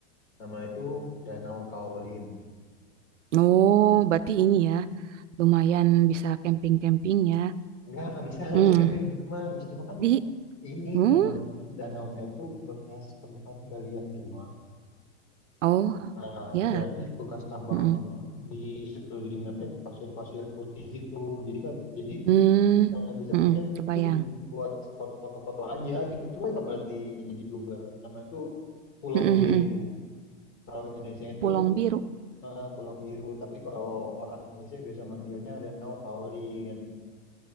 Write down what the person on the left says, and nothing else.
nama itu Danau Kaolin.
Enggak, nggak bisa, nggak
bisa camping di situ mah. Di situ mah kan
ini
danau danaunya tuh bekas tempat galian timah.
Nah,
jadi bekas tambang
timah di sekelilingnya teh pasir-pasir putih gitu. Jadi kan, jadi
yang bisa
buat camping
itu cuma buat spot foto-foto aja gitu. Coba kamu lihat di ini di Google, namanya itu Kulong
Biru.
Kalau Indonesia itu
eh, Kulong Biru, tapi kalau orang Indonesia biasa manggilnya Danau Kaolin.